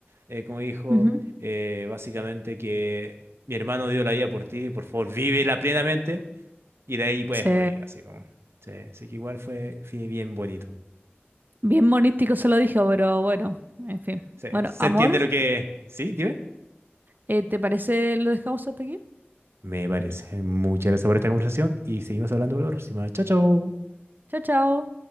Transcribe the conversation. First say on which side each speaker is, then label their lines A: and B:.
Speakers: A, on the right; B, on the right.
A: eh, como dijo,
B: Ujú.
A: eh, básicamente que mi hermano dio la vida por ti, por favor, vívela plenamente y de ahí puedes
B: Sí.
A: morir, así como. Sí, así que igual fue, fue bien bonito.
B: Bien monístico se lo dije, pero bueno, en fin.
A: Sí,
B: Bueno,
A: ¿se
B: amor,
A: entiende lo que... Sí, dime?
B: eh, ¿te parece lo dejamos hasta aquí?
A: Me parece. Muchas gracias por esta conversación y seguimos hablando la próxima. Chao, chao.
B: Chao, chao.